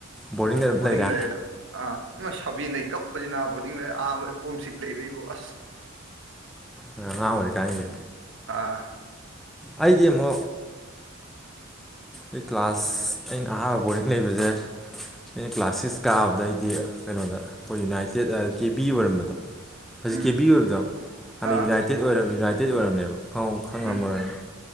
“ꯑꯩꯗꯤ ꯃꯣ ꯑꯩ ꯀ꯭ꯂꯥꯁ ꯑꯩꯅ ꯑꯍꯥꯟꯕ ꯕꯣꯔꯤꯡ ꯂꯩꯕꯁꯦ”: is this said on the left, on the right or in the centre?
Centre